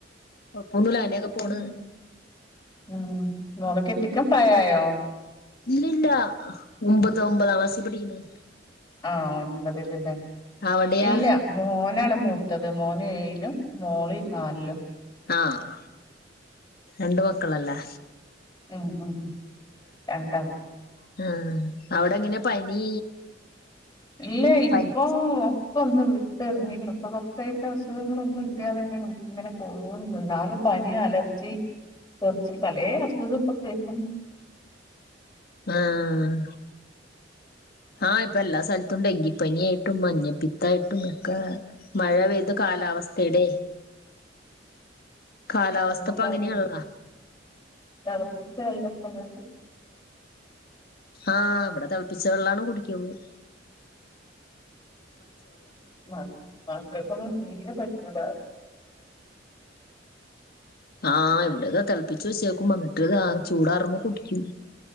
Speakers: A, on the left; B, on the left.
A: കൊഴപ്പൊന്നുല്ല അങ്ങനെയൊക്കെ പോണ്
B: ഉം ഉം മോട കെട്ടിക്കാൻ പ്രായായോ?
A: ഇല്ല ഇല്ല ഒമ്പത് ഒമ്പത ക്ലാസ്സില് പിഠിക്കുന്നത്
B: ആഹ ഒൻപതില്ല്ലേ
A: അവിടെയാ
B: ഇല്ല മോനാണ് മുത്തത് മോന് ഏഴിലും മോളി നാലിലും
A: ആഹ് രണ്ട് മക്കളല്ലേ
B: മ് മ് മ് രണ്ടളാ
A: ഹ് അവിടെങ്ങന പനി
B: ഇല്ലേ ഇപ്പൊ
A: പനി
B: ഇപ്പോന്ന് വിട്ടറിഞെക്കണു ഇപ്പൊ കൊറചായിട്ട് അസുഖങ്ങളൊന്നും ഇല്ലാതെന്നെ ഇങ്ങനെ പോകുന്നു എന്നാലും പനി അലർജി കുറച് പല അസുഖോക്കെ കേക്കുന്നു
A: ആഹ് ആഹ് ഇപ്പൊ എല്ലാ സ്ഥലത്തും ഡെങ്കിപ്പനിയായിട്ടും മഞ്ഞപ്പിത്തായിട്ടും ഒക്കെ മഴ പെയ്ത കാലാവസ്ഥയുടെ കാലാവസ്ഥ
B: വെള്ളം
A: ഇപ്പ
B: തിളപ്പി
A: അങ്ങനെയാണല്ലോ
B: തിളപ്പിച്ചു കഴിഞ്ഞിട്ടാങ്ങോട്ട്
A: ആഹ് ഇവിടെ തിളപ്പിച്ച വെള്ളാണ് കുടിക്കുന്നത്
B: മക്കൾക്കൊന്നും തീരെ പറ്റി <unintelligible>
A: ആഹ് ഇവിടതെ തിളപ്പിച്ചു വെച്ചേക്കും വന്നിട്ട് ഇതാ ചൂടാറുമ്പോ കുടിക്കും